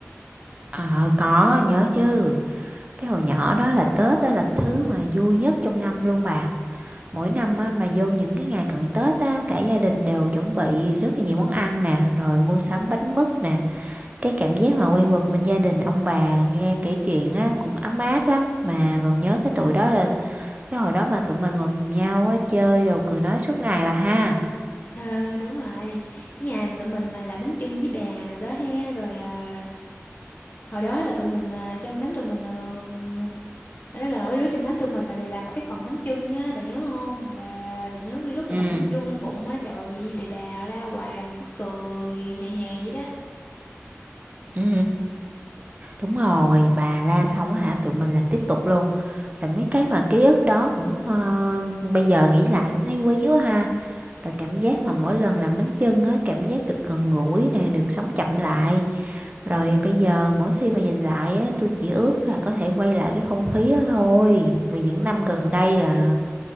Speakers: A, on the right; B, on the left.
A: ờ có nhớ chứ cái hồi nhỏ đó là Tết đó là cái thứ mà vui nhất trong năm luôn bà mỗi năm á, mà vô những cái ngày cận Tết á, cả gia đình đều chuẩn bị rất là nhiều món ăn nè, rồi mua sắm bánh mứt nè. Cái cảm giác mà quây quần bên gia đình ông bà nghe kể chuyện á cũng ấm áp lắm. Mà còn nhớ cái tuổi đó là cái hồi đó mà tụi mình ngồi cùng nhau á chơi đồ cười nói suốt ngày bà ha.
B: Ờ, đúng rồi. Cái ngày mà tụi mình mà làm bánh chưng với bà rồi đó he, rồi ờ, hồi đó là tụi mình à, trong đám tụi mình là ừm, nói là mỗi đứa trong đám tụi mình là đều làm một cái phần bánh chưng á bà nhớ không bà bà nhớ cái lúc
A: Ừ,
B: mà làm bánh chưng Vụng á trời bị bị bà la hoài mà cứ cười hề hề vậy đó
A: Ừ, đúng rồi, bà la xong á hả, tụi mình làm tiếp tục luôn. Rồi mấy cái mà ký ức đó cũng ờ, bây giờ nghĩ lại cũng thấy quý quá ha. Rồi cảm giác mà mỗi lần làm bánh chưng á, cảm giác được gần gũi nè, được sống chậm lại. Rồi bây giờ mỗi khi mà nhìn lại á, tôi chỉ ước là có thể quay lại cái không khí đó thôi. Vì những năm gần đây là